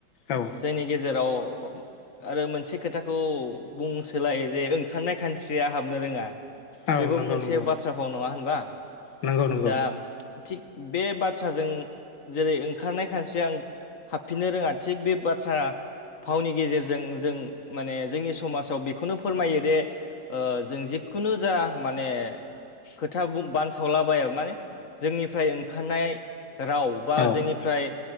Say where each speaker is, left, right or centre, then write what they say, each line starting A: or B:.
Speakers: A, on the left (about 75°); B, on the left (about 50°).
A: औ
B: जोंनि गेजेराव आरो मोनसे खोथाखौ बुं सोलाय जे ओंखारनाय खानस्रिया हाबनो रोङा।
A: औ
B: बेबो
A: नंगौ
B: मोनसे
A: नंगौ
B: बाथ्रा फाव नङा होनबा
A: नंगौ नंगौ
B: दा थिग बे बाथ्राजों जेरै ओंखारनाय खानस्रि आं हाबफिननो रोङा थिग बे बाथ्रा फावनि गेजेरजों जों माने जोंनि समाजाव बेखौनो फोरमायो दि ओ जों जिखुनु जा माने खोथा बुं बानसावलाबाया माने जोंनिफ्राय ओंखारनाय राव बा
A: औ
B: जोंनिफ्राय